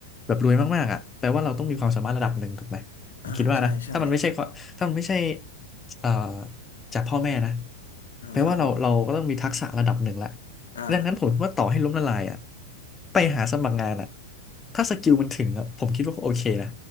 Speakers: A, on the left; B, on the left.
A: แบบรวยมากๆอะแปลว่าเราต้องมีความสามารถระดับหนึ่งถูกไหมผมคิดว่านะถ้ามันไม่ใช่ความถ้ามันไม่ใช่
B: อ่าใช่ใช่
A: เอ่อจากพ่อแม่นะ
B: อ่าครับผม
A: แปลว่าเราเราก็ต้องมีทักษะระดับหนึ่งแหละ
B: อ่า
A: ดังนั้นผมว่าต่อให้ล้มละลายอะไปหาสมัครงานอะถ้าสกิลมันถึงอะผมคิดว่าก็โอเคนะ